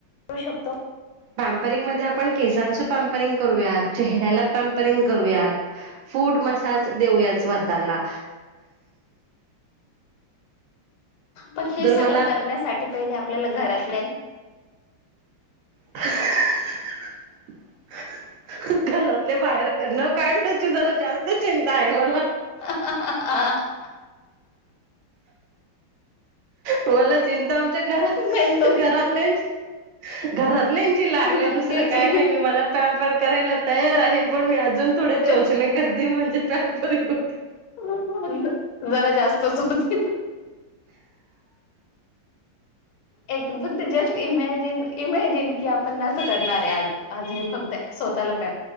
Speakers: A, on the left; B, on the right.
A: शकतो
B: पॅपरिंगमध्ये आपण केसांच पॅम्परिंग करूया. चेहऱ्याला पपरिंग करूया, फूड मसाज देऊया स्वतःला.
A: पण हे
B: जर
A: सगळं
B: मला
A: करण्यासाठी पहिले आपल्याला घरातल्या
B: <unintelligible> घरातले बाहेर काढून <unintelligible> न काढण्याची जरा जास्त चिंता आहे मला.
A: <unintelligible>
B: मला चिंता आमच्या घरात
A: मेन तोच
B: घरातल्यांची घरातल्यांची लागले
A: हा
B: दुसरं
A: तेच
B: काय
A: आहे
B: नाही मी मला पॅम्पर करायला तयार आहे, पण मी अ अजून थोडे
A: तेच
B: चोचले करते म्हणजे पॅमरिंग होते.
A: म्हणून म्हटलं जरा जास्तच होतंय. एक फक्त जस्ट इमेज इमेज इमॅजिन की आपण असं करणार आहे आज. आज मी फक्त स्वतःला प